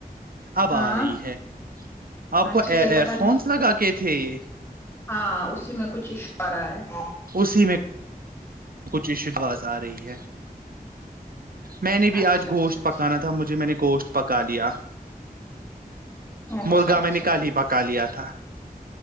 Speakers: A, on the right; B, on the left.
A: اب
B: ہاں
A: آ رہی ہے آپ
B: اچھا
A: کو
B: یہ
A: ایئر
B: پتا نہیں
A: فونس لگا کے تھے یہ
B: ہاں اسی میں کچھ اشارہ ہے
A: اسی میں کچھشواز آ رہی ہے میں نے بھی
B: اچھا
A: آج
B: اچھا
A: گوشت پکانا تھا مجھے میں نے گوشت پک کالیا
B: اچھا اچھا
A: مرغا
B: اچھا
A: میں نکالی پکا لیا تھا